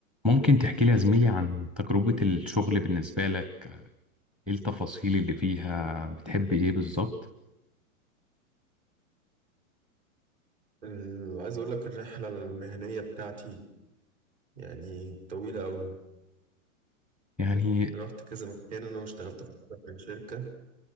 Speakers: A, in the centre; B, on the right.
A: ممكن تحكي لي يا زميلي عن تجربة الشغل بالنسبة لك ايه التفاصيل اللي فيها بتحب ايه بالظبط
B: ال- عايز اقول لك الرحله المهنيه بتاعتي يعني طويله قوي
A: يعني
B: رحت كذا مكان انا واشتغلت في اكتر من شركه